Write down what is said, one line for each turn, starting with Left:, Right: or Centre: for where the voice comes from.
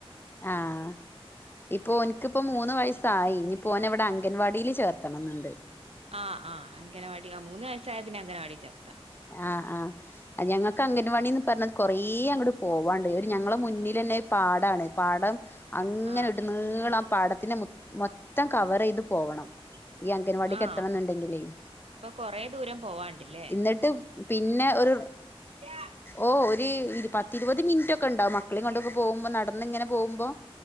Left: ആഹ് ഇപ്പ ഓൻക്ക്പ്പോ മൂന്ന് വയസായി ഇനിപ്പൊ ഓനവടെ അംഗൻവാടീല് ചേർത്തണംന്ന്ണ്ട്
Right: ആഹ് ആഹ് അങ്കലവാടി ആഹ് മൂന്ന് വയസ്സായ പിന്നെ അംഗലവാടി ചേർത്താ
Left: ആഹ് ആഹ് ആഹ് ഞങ്ങക്ക് അംഗൻവാടിന്ന് പറഞ്ഞത് കൊറേ അങ്ങട്ട് പോവാണ്ട്. ഒര് ഞങ്ങളെ മുന്നിലെന്നെ ഒര് പാടാണ്. പാടം അങ്ങനെ
Right: ആഹ്
Left: ഇട്നീളം പാടത്തിനെ മു മൊത്തം കവറെയ്ത് പോവണം ഈ അംഗൻവാടീക്കെത്തണന്ന്ണ്ടെങ്കിലേ
Right: ആഹ് അപ്പൊ കൊറേ ദൂരം പോവാണ്ടില്ലേ
Left: ഇന്ന ട്ട് പിന്നെ ഒരു
Right: ഇല്ലാ
Left: ഓഹ് ഒര് ഇരു പത്തിരുപത് മിൻറ്റൊക്കെണ്ടാവും മക്കളീം കൊണ്ടൊക്കെ പോവുമ്പോ നടന്നിങ്ങനെ പോവുമ്പോ